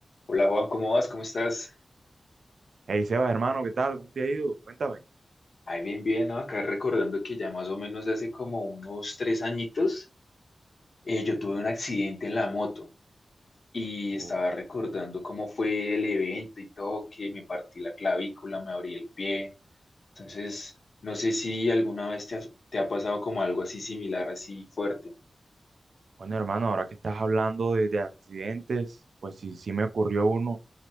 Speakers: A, on the left; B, on the right.
A: Hola Juan, ¿cómo vas? ¿Cómo estás?
B: Hey Sebas, hermano, ¿qué tal? ¿Cómo te ha ido? Cuéntame.
A: Ay, bien, bien, ¿no? Acá recordando que ya más o menos hace como unos tres añitos eh, yo tuve un accidente en la moto y estaba
B: Uh,
A: recordando cómo fue el evento y todo, que me partí la clavícula, me abrí el pie. Entonces, no sé si alguna vez te has- te ha pasado como algo así similar, así fuerte.
B: bueno, hermano, ahora que estás hablando de, de accidentes, pues sí, sí me ocurrió uno,